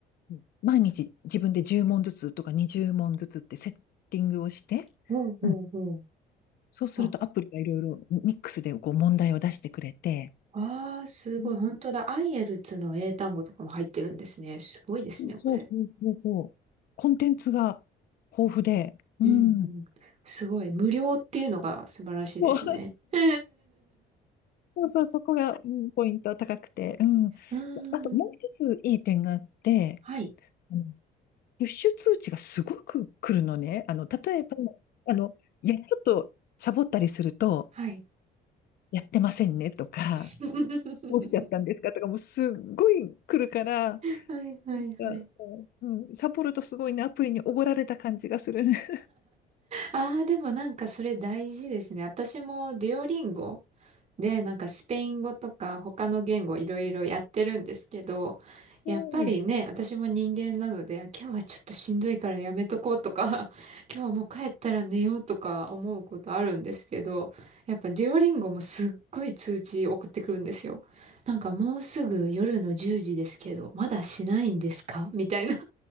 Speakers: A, on the left; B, on the right.
A: うん毎日自分で10問ずつとか20問ずつってセッティングをして、
B: ほうほうほう。
A: うんそうするとアプリがいろいろミックスでこう問題を出してくれて、
B: あ、ああ、すごい。
A: うん
B: 本当だ。アイエルツの英単語とかも入ってるんですね。すごいですね、これ。
A: そうそうそうそう。コンテンツが豊富で、うん。
B: うんうん。すごい。無料っていうのが素晴らしいですね。
A: そう
B: <laughs> う
A: そうそう、そこが、うん、ポイント高くて。うん。
B: ーん。
A: あともう一ついい点があって、
B: はい。
A: あのプッシュ通知がすごく来るのね。あの、例えば、あの、いや、ちょっとサボったりすると、
B: はい。
A: やってませんねとか、
B: <laughs>
A: どうしちゃったんですかとか、もうすっごい来るから、な
B: はいはいはい。
A: んか、こううん、サボるとすごいね、アプリにおごられた感じがするね。
B: ああ、でもなんかそれ大事ですね。私もデュオリンゴで、なんかスペイン語とか他の言語いろいろやってるんですけど、
A: <laughs>
B: やっぱりね、
A: はい
B: 私も人間なので、あ今日はちょっとしんどいからやめとこうとか、<laughs> 今日はもう帰ったら寝ようとか思うことあるんですけど、やっぱデュオリンゴもすっごい通知送ってくるんですよ。なんかもうすぐ夜の10時ですけど、まだしないんですかみたいな。